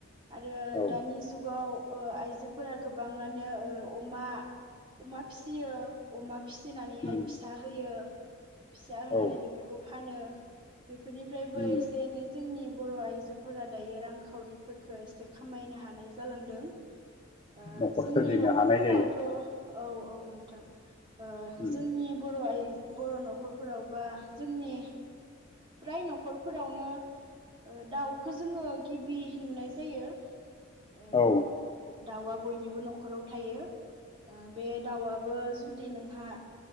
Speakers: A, on the right; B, on the left.
A: आरो
B: औ
A: दानि जुगाव आइजोफोरा गोबाङानो अमा अमा फिसियो अमा फिसिनानैहाय
B: उम
A: फिसा होयो फिसा होनानै
B: औ
A: बेफोरखौ फानो बेफोरनिफ्रायबो
B: उम
A: एसे-एनै जोंनि बर' आइजो फोरा दायो रांखावरिफोरखो एसे खामायनो हानाय जालांदों। ओ
B: न'खर
A: जोंनि
B: सोलिनो
A: न'खर
B: हानाय
A: फोरावथ'
B: जायो
A: औ-औ नोंथां
B: उम
A: जोंनि बर' आइ बर' न'खरफोराव बा जोंनि प्राय न'खर फोरावनो ओ दाउ खो जोङो गिबि नुनाय जायो ओ।
B: औ
A: दाउआ बयनिबो नख'राव थायो। ओ बे दाउआबो जुदि नोंहा